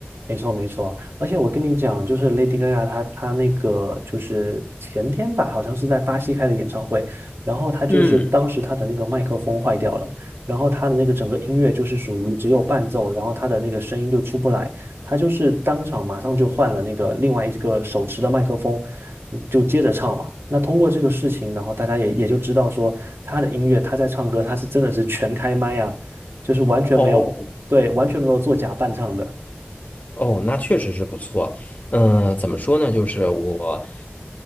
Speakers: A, on the right (about 80°); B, on the left (about 40°).
A: 没错，没错，而且我跟你讲，就是 Lady Gaga 她她那个就是前天吧，好像是在巴西开的演唱会，然后她就是当时她的那个麦克风坏掉了，
B: 嗯，
A: 然后她的那个整个音乐就是属于只有伴奏，然后她的那个声音就出不来，她就是当场马上就换了那个另外一个手持的麦克风，就接着唱嘛。那通过这个事情，然后大家也也就知道说她的音乐，她在唱歌，她是真的是全开麦啊，就是完全没有，
B: 哦，
A: 对，完全没有做假伴唱的。
B: 哦，那确实是不错。嗯、怎么说呢？就是我